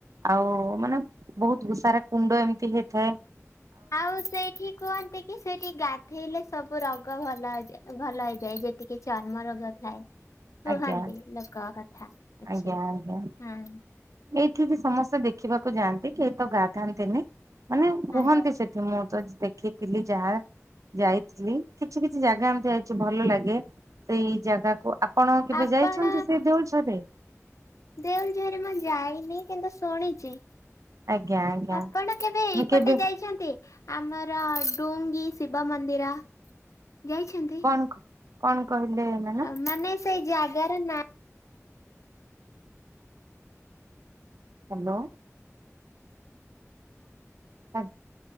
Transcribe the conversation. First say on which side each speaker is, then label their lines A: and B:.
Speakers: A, on the right (about 85°); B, on the left (about 75°).
A: ଆଉ ମାନେ ବହୁତ ଭୂଷାରା କୁଣ୍ଡ ଏମିତି ହେଇଥାଏ।
B: ଆଉ ସେଇଠି କୁହନ୍ତି କି ସେଠି ଗାଧେଇଲେ ସବୁ ରୋଗ ଭଲା ଭଲ ହେଇଯାଏ ଯେତିକି ଚର୍ମ ରୋଗ ଥାଏ। କୁହନ୍ତି
A: ଆଜ୍ଞା
B: ଲୋକ କଥା। ଅଛି
A: ଆଜ୍ଞା ଆଜ୍ଞା।
B: ହଁ।
A: ଏଇଠିକି ସମସ୍ତେ ଦେଖିବାକୁ ଯାଆନ୍ତି କେହି ତ ଗାଧାନ୍ତିନି ମାନେ
B: ହଁ
A: କୁହନ୍ତି ସେଠି ମୁଁ ତ ଦେଖିଥିଲି ଯାହା ଯାଇଥିଲି କିଛି କିଛି ଜାଗା ଏମିତି ଯାଇଛି ଭଲ ଲାଗେ। ସେଇ ଜାଗାକୁ ଆପଣ କେବେ
B: ଆପଣ
A: ଯାଇଛନ୍ତି ସେ ଦେଉ ଝରେ?
B: ଦେଉଲଝରେ ମୁଁ ଯାଇନି କିନ୍ତୁ ଶୁଣିଛି।
A: ଆଜ୍ଞା ଆଜ୍ଞା
B: ଆପଣ କେବେ ଏଇପଟେ
A: ମୁଁ କେବେ
B: ଯାଇଛନ୍ତି? ଆମର ଡୁଙ୍ଗି ଶିବ ମନ୍ଦିର ଯାଇଛନ୍ତି?
A: ଆକୁ କଣ କହିଲେ ମା
B: ହ ମାନେ ସେଇ ଜାଗାର ନାଁ
A: ହାଲୋ। <unintelligible>